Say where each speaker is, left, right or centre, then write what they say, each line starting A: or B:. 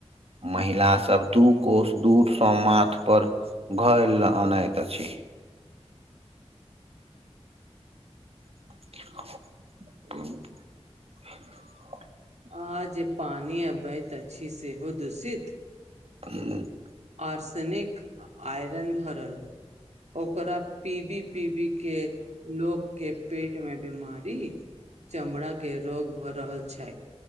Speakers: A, on the right; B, on the right.
A: महिला सब दू कोष दूर से माथ पर घर ल अनैत अछि। ह। <inaudible>
B: आ जे पानी अबैत अछि। सेहो दुषित।
A: ह। <inaudible>
B: आर्सेनिक आयरन भरल ओकरा पीबी पीबी। के लोक। के पेट मे बीमारी चमड़ा के रोग भऽ रहल छै।